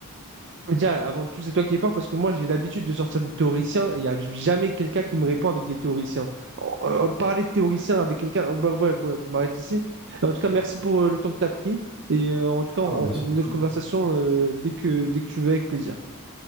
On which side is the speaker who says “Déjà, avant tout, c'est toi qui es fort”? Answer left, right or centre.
Right